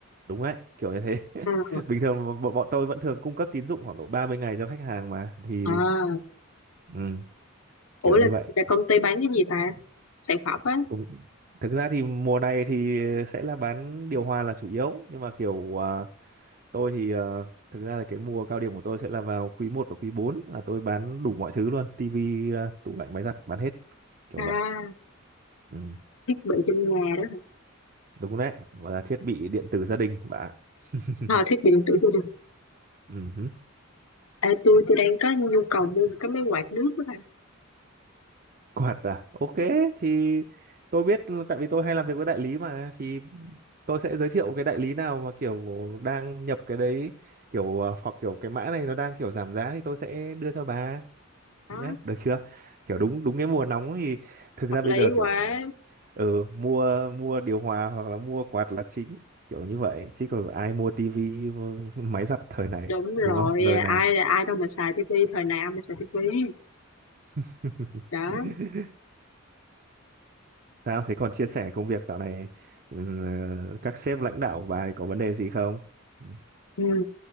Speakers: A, on the right; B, on the left.
A: đúng đấy kiểu như thế <laughs>
B: ừ.
A: bình thường bọn bọn tôi vẫn thường cung cấp tín dụng khoảng độ 30 ngày cho khách hàng mà thì
B: à
A: ừ,
B: ủa
A: kiểu như
B: là,
A: vậy
B: là công ty bán cái gì ta sản phẩm á
A: cũng thực ra thì mùa này thì sẽ là bán điều hòa là chủ yếu nhưng mà kiểu à, tôi thì à, thực ra là cái mùa cao điểm của tôi sẽ là vào quý một và quý 4 là tôi bán đủ mọi thứ luôn tivi à, tủ lạnh máy giặt bán hết kiểu
B: À,
A: vậy ừ,
B: thiết bị trong nhà đó hả?
A: đúng đấy gọi là thiết bị điện tử gia đình bạn <laughs>
B: À, thiết bị điện tử gia đình.
A: ừ.
B: Ê, tôi tôi đang có nhu cầu mua một cái máy quạt nước đó bà.
A: Quạt à? Ok,
B: Đúng rồi.
A: thì tôi biết tại vì tôi hay làm việc với đại lý mà thì tôi sẽ giới thiệu cái đại lý nào mà kiểu đang nhập cái đấy kiểu à, hoặc kiểu cái mã này nó đang kiểu giảm giá thì tôi sẽ đưa cho bà
B: Đó,
A: nhá, được chưa? Kiểu đúng đúng cái mùa nóng thì thực
B: hợp
A: ra bây
B: lý
A: giờ kiểu
B: quá.
A: ừ, mua mua điều hòa hoặc là mua quạt là chính, kiểu như vậy, chứ còn ai mua tivi mua <laughs> máy giặt thời này
B: Đúng rồi,
A: đúng không? Giờ này.
B: ai ai đâu mà xài tivi thời nào mà xài tivi.
A: <laughs>
B: Đó.
A: Sao thế còn chia sẻ công việc dạo này ừ, các sếp lãnh đạo của bà thì có vấn đề gì không? Ừ
B: Ừ.